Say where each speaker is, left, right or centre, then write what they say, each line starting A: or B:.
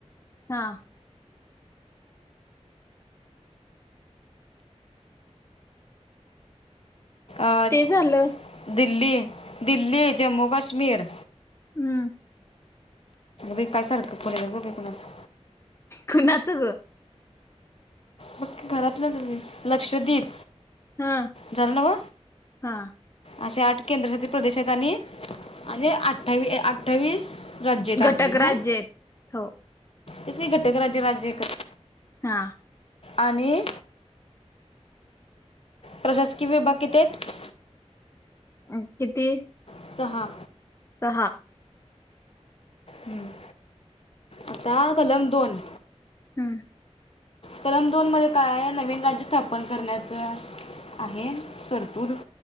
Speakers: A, on the left; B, on the left.
A: हा
B: अं
A: ते झालं
B: दिल्ली दिल्ली, जम्मू काश्मीर
A: हम्म
B: विकाय सारखं पुरेल ग बाई कुणाचं
A: कुणाचं गं?
B: बघ घरातलंच <unintelligible> लक्षद्वीप
A: हा
B: झालं नव?
A: हा
B: असे आठ केंद्रशासित प्रदेश आहेत आणि आणि अठ्ठावी अठ्ठावीस राज्य आहेत
A: घटक
B: आपली हं,
A: राज्य आहेत हो
B: तसंही घटक राज्य राज्य एकच ये
A: हा
B: आणि प्रशासकीय विभाग किती आहेत
A: अ किती
B: सहा
A: सहा
B: हम्म आता कलम दोन
A: हम्म
B: कलम दोन मध्ये काय आहे नवीन राज्य स्थापन करण्याचं आहे तरतूद